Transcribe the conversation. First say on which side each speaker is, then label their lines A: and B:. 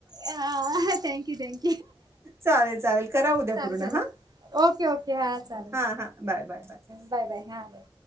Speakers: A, on the right; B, on the right.
A: हा हा, थँक्यू थँक्स!
B: चालेल चालेल, करा उद्या
A: चालेल
B: पूर्ण
A: चालेल
B: हा.
A: ओके ओके हा. चालेल
B: हा हा, bye bye bye!
A: Bye bye हा बाय!